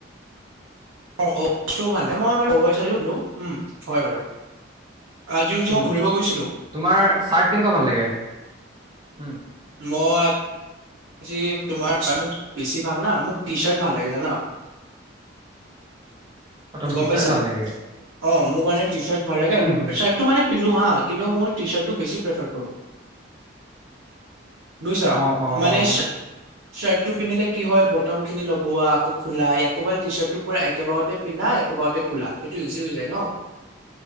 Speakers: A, on the right; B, on the right.
A: অ', বস ভাল মই বাৰু উম হয় বাৰু। আজিও যে
B: উম
A: মই ঘূৰিব গৈছিলো
B: তোমাৰ চাৰ্ট কেনেকুৱা ভাল লাগে উম।
A: মই। জি তোমাৰ মোক বেছিভাগ না মোক টি চাৰ্ট ভাল লাগে জানা।
B: অ', মাৰ
A: গম
B: টি
A: পাইছা
B: চাৰ্ট ভাল লাগে?
A: অ', মোৰ কাৰণে টি চাৰ্ট ভাল লাগে
B: উম, শুনিছো।
A: চাৰ্ট টো মানে পিন্ধো হা কিন্তু মোৰ টি চাৰ্ টো বেছি প্ৰফাৰ কৰো বুইছা।
B: অ', অ'।
A: মানে চাৰ্ট চাৰ্টটো
B: ঠিক
A: পিন্ধিলে কি হয় ব বটমখিনি লগোৱা আকৌ খোলা আকৌ এবাৰ টিচাৰ্টটো পুৰা একেবাৰতে পিন্ধা একেবাৰতে খোলা সেইটো ইউজি হৈ যায়। ন'।